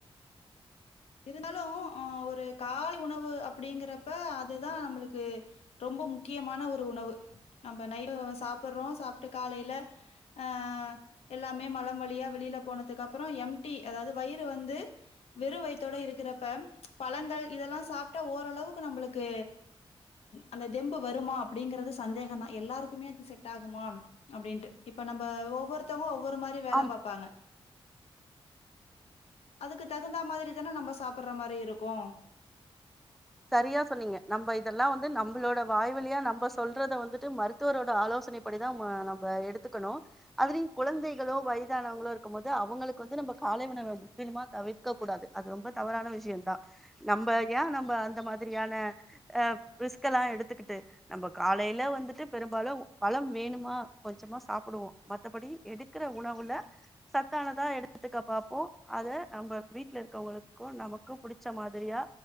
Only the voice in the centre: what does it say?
ஆம்
சரியா சொன்னீங்க நம்ம இதெல்லாம் வந்து நம்மளோட வாய்விலியா நம்ம சொல்றத வந்துட்டு மருத்துவரோட ஆலோசனை படிதான் நம்ம எடுத்துக்கணும் அதுலயும் கெழந்தைகளோ வயதானவங்களோ இருக்கும் போது அவங்களுக்கு வந்து நம்ம காலைவுணவை முக்கியமா தவிர்க்க கூடாது அது ரொம்ப தவறான விஷயம் தான் நம்ம ஏன் நம்ம இதமாதிரியான ரிஸ்க்லா எடுத்துக்கிட்டு நம்ம காலையில வந்துட்டு பெரும்பாலும் பழம் வேணுமா கொஞ்சமா சாப்படுவோம் மத்தபடி எடுக்கிற உணவுல சத்தானதா எடுத்துக்க பார்பப்போம் அத நம்ம வீட்டுல இருக்கவங்களுக்கும் நமக்கும் படிச்ச மாரியா